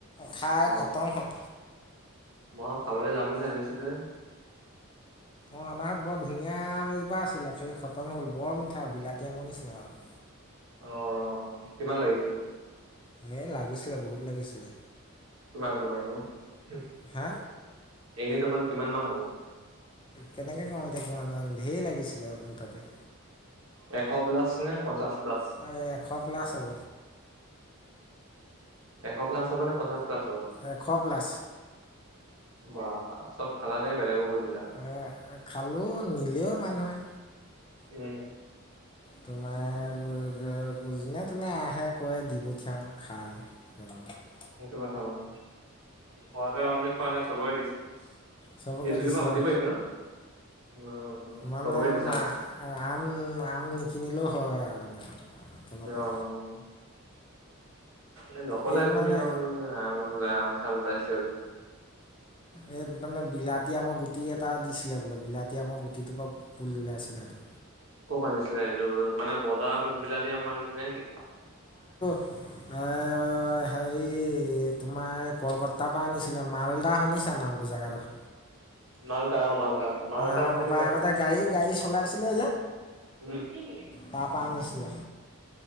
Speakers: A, on the left; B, on the right.
A: খাই
B: অ
A: খতম হল।
B: মই খাবলে যাম বুলি ভাবিছিলো হে
A: অ আমাৰ বৰ ধুনীয়া আম এজোপা আছিলে খালি খতম হ'ল বৰ মিঠা বিলাতী আমৰ নিচিনা আৰু
B: অ কিমান লাগিছিলে?
A: হে লাগিছিলে বহুত লাগিছিলে।
B: কিমান তোমাৰ এনে,
A: হা
B: এনে তোমাৰ কিমান মান হ'ব?
A: কেনেকে কওঁ এতিয়া কিমান মান ঢেৰ লাগিছিলে মুঠতে।
B: এশ প্লাছ নে পঞ্চাছ প্লাছ?
A: এই এশ প্লাছ হ'ব।
B: এশ প্লাছ হব নে পঞ্চাশ প্লাছ হব?
A: এশ প্লাছ
B: বা চব খালা নে বেলেগকো দিলা?
A: এ, খালোঁ নিলেও মানুহে।
B: উম
A: তোমাৰ যোনে তোনে আহে কয় দি পঠিয়াওঁ খা ধন্যবাদ।
B: সেইটো কথা বাৰু, ঘৰতে অনলি খোৱা নাই চবকে দিছে। <inaudible>
A: চবকে দিছোঁ মানে
B: চবকে দিছা
A: মা
B: মানে?
A: আম আম নিকিনিলেও হয় আৰু মানে তেনেকুৱা
B: অ', এ নকলা
A: ইয়াত
B: তুমি
A: মানে
B: আৰু আম আম চাম ওলাইছে বুলি।
A: এই মানে বিলতী আমাৰ গুটি এটা দিছিলে বোলে বিলাতী আমাৰ গুটিটোৰ পৰা পুলি ওলাইছিলে সেটো।
B: কপা দিছিলে এইটো মানে বজাৰ বিলাতি আম মান নে কি?
A: হয় <unintelligible> হেৰি তোমাৰ কলকত তাৰ পা আনিছিলে মালদা শুনিছা নামটো জেগাডখ
B: মালদা অ মালদা, মালদা
A: আমাৰ
B: আম বুলি
A: পাপাই
B: কয়
A: আগতে
B: অ।
A: গাড়ী গাড়ী চলাইছিলে
B: <unintelligible>
A: তা পা আনিছিলে